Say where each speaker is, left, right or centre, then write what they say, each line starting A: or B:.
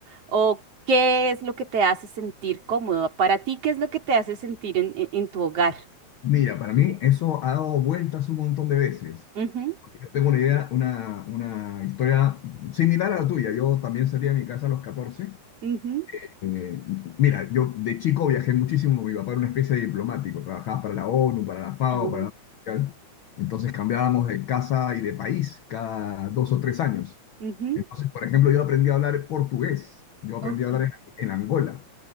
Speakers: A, on the right; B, on the left.
A: ¿O qué es lo que te hace sentir cómodo? Para ti, ¿qué es lo que te hace sentir en, en- en tu hogar?
B: Mira, para
A: Yo.
B: mí eso ha dado vueltas un montón de veces.
A: Ujú,
B: Yo tengo una idea, una, una historia similar a la tuya. Yo también
A: Ujú.
B: salí de mi casa a los 14.
A: ujú,
B: Eh, mira, yo de chico viajé muchísimo, mi papá era una especie de diplomático, trabajaba para la ONU, para la FAO,
A: ujú,
B: para la Mundial. Entonces cambiábamos de casa y de país cada dos o tres años.
A: ujú,
B: Entonces, por ejemplo, yo aprendí a hablar portugués, yo aprendí
A: Ok.
B: a hablar en, en Angola.